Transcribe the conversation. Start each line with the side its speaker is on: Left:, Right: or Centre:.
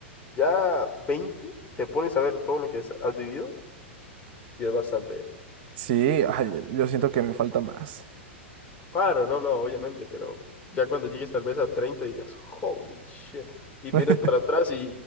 Left: ya 20 te pones a ver todo lo que has has vivido y es bastante. ¿eh?
Right: Sí, ay, yo siento que me falta más.
Left: Claro, no, no, obviamente, pero ya cuando llegues tal vez a 30 digas, holy shit, y
Right: <laughs>
Left: miras para atrás y,